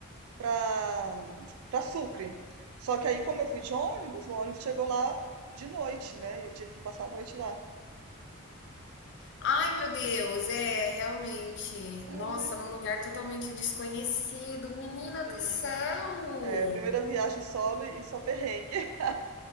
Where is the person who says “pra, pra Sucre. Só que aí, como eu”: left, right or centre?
Right